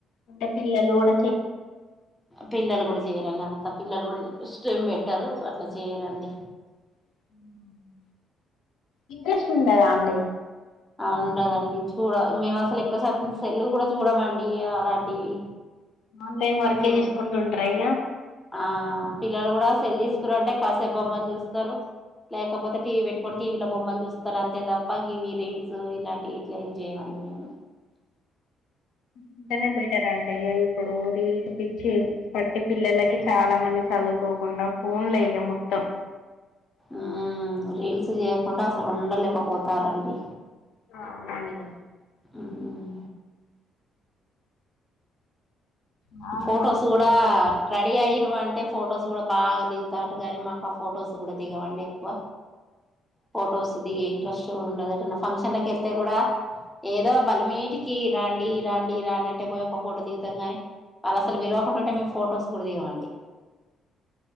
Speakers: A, on the left; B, in the centre.
A: అంటే పిల్లలు గూడ
B: పిల్లలు గూడ చేయరు అలాంటి ప పిల్లలు గూడ ఫస్ట్ ఏం పెట్టరు అట్ల చేయరండి.
A: మ్మ్ ఇంట్రెస్ట్ ఉండదా అండి
B: ఉండదండి చూడ మేము అసలు ఎక్కువ శాతం సెల్లు కూడా చూడమండి అలాంటివి
A: ఆన్లైన్ వరకే
B: చూడు
A: చేసుకుంటుంటార ఇక
B: ఆ పిల్లలు కూడా సెల్ తీసుకుర అంటే కాసేపు బొమ్మలు చూస్తారు లేకపోతే టీవీ పెట్టుకొని టీవీల బొమ్మలు చూస్తారు అంతే తప్ప గీవి రీల్స్ ఇలాంటివి ఇట్ల ఏం చేయమండి మేము
A: ఉంటేనే బెటర్ అండి ఇప్పుడు రీల్స్ పిచ్చి బట్టి పిల్లలకి చాలా మంది చదువుకోకుండా ఫోన్లే ఇగ మొత్తం
B: ఉ రీల్స్ చేయకుండా అసలు ఉండలేకపోతారండి
A: అవునండి
B: మ్మ్
A: చాలా
B: ఫోటోస్
A: మందికి
B: కూడా
A: ఇప్పుడైతే
B: రెడి ఆయరు అంటే అంటే ఫొటోస్ కూడా బాగా దిగుతా ఉంటారు కానీ మాకు ఆ ఫొటోస్ కూడా దిగమండి. ఎక్కువ ఫొటోస్ దిగే ఇంట్రెస్ట్ కూడా ఉండదు. ఫంక్షన్ లకి వెళ్తే కూడా ఏదో బలమీటికి రాండి రాండి రాండి అంటే పోయి ఒక ఫోటో దిగుతాం. కాని వాళ్ళు అసలు పిలవకుండా ఉంటే మేము ఫొటోస్ కూడా దిగమండి